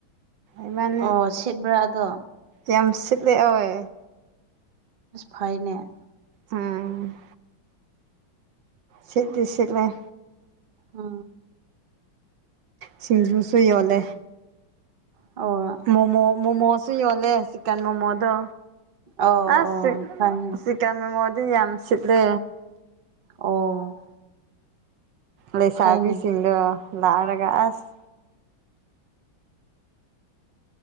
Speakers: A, on the right; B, on the right.
A: ꯏꯕꯥꯅꯤ
B: ꯑꯣ ꯁꯤꯠꯕ꯭ꯔꯥ ꯑꯗꯣ
A: ꯌꯥꯝ ꯁꯤꯠꯂꯦꯋꯦ
B: ꯐꯩꯏꯅꯦ
A: ꯎꯝ ꯁꯤꯠꯇꯤ ꯁꯤꯠꯂꯦ
B: ꯑ
A: ꯁꯤꯡꯖꯨꯁꯨ ꯌꯣꯜꯂꯦ
B: ꯑꯣ
A: ꯃꯣꯃꯣ ꯃꯣꯃꯣꯁꯨ ꯌꯣꯜꯂꯦ ꯆꯤꯀꯟ ꯃꯣꯃꯣꯗꯣ
B: ꯑꯣ
A: ꯑꯁ
B: ꯑꯣ
A: <unintelligible>
B: ꯐꯩꯅꯦ
A: ꯆꯤꯀꯟ ꯃꯃꯣꯗꯤ ꯌꯥꯝ ꯁꯤꯠꯂꯦ
B: ꯑꯣ
A: ꯂꯩꯁꯥꯕꯤꯁꯤꯡꯗꯣ
B: ꯐꯩꯅꯦ
A: ꯂꯥꯔꯒꯥ ꯑꯁ